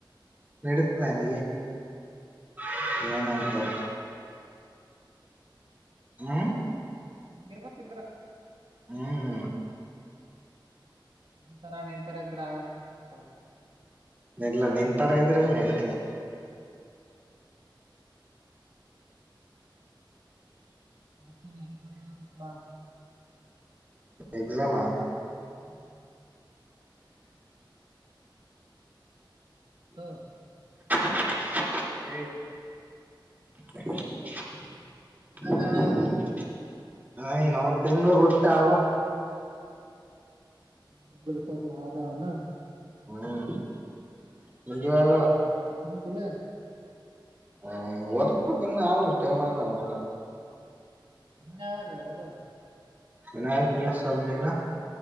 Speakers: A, on the right (about 20°); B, on the right (about 70°).
A: ನಡತದೆನಗೆ <unintelligible> ಏನಂತಾರೆ ಹ್ಮ್
B: ಹಂಗಿರ್ಬೇಕಿದ್ರ
A: ಹ್ಮ್
B: ನ್ಸರ ನಿಂತರ ಇದ್ರ ಆಗಲ್ಲ ಕೆಲ್ಸ
A: ಇಲ್ಲ ನಿನ್ ತರ ಇದ್ರೆ ಏನ್ ನಡೀತದ
B: ಮತ್ತೇನೆ ಎ್ದನಪ್ಪ
A: ಎಕ್ಸಾಮಾ
B: ಹ್ಮ್ ಹಲೋ
A: <unintelligible> ಏ <unintelligible> <unintelligible>
B: ಎಕ್ಸಾಮ್
A: ನ
B: ಯಾವಾಗ
A: ಇನ ಒಂದು ತಿಂಗಳು ಬಿುಟ್ಟವಾ
B: ತಿಂಗಲ್ ಬಿಟ್ ಆದದಾವನಾ
A: ಹ್ಮ್ <unintelligible> ನಿಂದ್ಯವಾಗವ
B: ಓದಿದಿಲ
A: ಎ ಓದಬೇಕ್ ಇನ್ನ ಆದಲ ಇನ್ನ ಟೈಮ್ ಆದ
B: ಇನ್ನ್ಯಾವಾಗ ಓದೋದು
A: ಇನಾಯತ್ ಇನ್ನ ಸ್ವಲ್ಪ್ ದಿನ